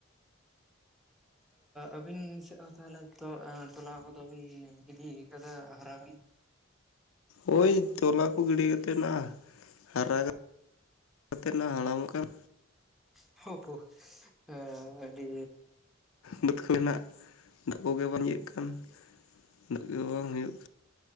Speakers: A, in the centre; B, on the left.
A: ᱟᱹᱵᱤᱱ ᱥᱮᱫ ᱦᱚᱸ ᱛᱟᱦᱚᱞᱮ ᱛᱚᱞᱟ ᱠᱚᱫᱚ ᱵᱤᱱ ᱜᱤᱰᱤ ᱠᱟᱫᱟ ᱦᱟᱨᱟ ᱠᱟᱱᱟ?
B: ᱦᱳᱭ ᱛᱚᱞᱟ ᱠᱚ ᱜᱤᱰᱤ ᱠᱟᱛᱮᱫ ᱱᱟᱜ ᱦᱟᱨᱟ ᱠᱟᱛᱮ ᱱᱟᱜ ᱦᱟᱲᱟᱢᱚᱜ ᱠᱟᱱ᱾
A: <unintelligible> ᱟᱹᱰᱤ
B: ᱵᱟᱹᱫᱽ ᱠᱚ ᱠᱚᱨᱮᱱᱟᱜ ᱫᱟᱜ ᱠᱚᱜᱮ ᱵᱟᱝ ᱟᱸᱡᱮᱫ ᱠᱟᱱ ᱫᱟᱜ ᱜᱮ ᱵᱟᱝ ᱦᱩᱭᱩᱜ ᱠᱟᱱ,